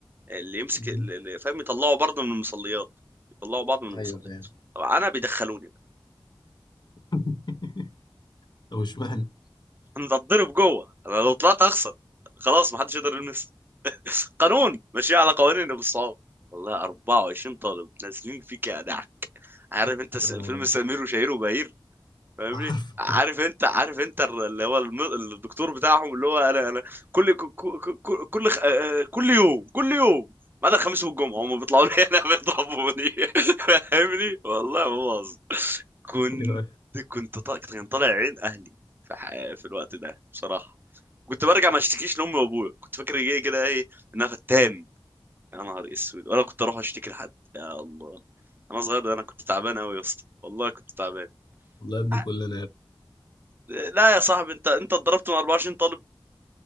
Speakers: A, on the right (about 25°); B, on the left (about 55°).
A: اللي يمسك
B: أمم.
A: اللي فاهم يطلعوا برضه من المصليات يطلعوا بعض من المصليات
B: ايوه فاهم
A: طبعا انا بيدخلوني بقى
B: <laughs> طب اشمعنى؟
A: انا بتضرب جوه انا لو طلعت اخسر خلاص محدش يقدر يلمس <laughs> قانون ماشي على قوانين ابو الصعاب والله 24 طالب نازلين فيك يا دع عارف انت
B: يا
A: س-
B: نهار
A: فيلم
B: أبيض.
A: سمير وشهير وبهير فاهمني
B: <laughs> عارفه
A: عارف انت عارف انت ال- اللي هو الم- الدكتور بتاعهم اللي هو انا انا كل ك- ك- ك- كل خ- آه، آه، كل يوم كل يوم ما عدا الخميس والجمعة هم بيطلعوا لي هنا <laughs> بيضربوني فاهمني والله ما بهزر كنت
B: ايوه
A: كنت طا- كان طالع عين اهلي في ح- في الوقت ده بصراحة كنت برجع ما اشتكيش لامي وابويا كنت فاكر ايه كده ايه ان انا فتان يا نهار اسود ولا كنت اروح اشتكي لحد يا الله انا صغير ده انا كنت تعبان قوي يا اسطى والله كنت تعبان
B: والله يا ابني
A: أ-
B: كلنا
A: لا يا صاحبي انت انت اتضربت من 24 طالب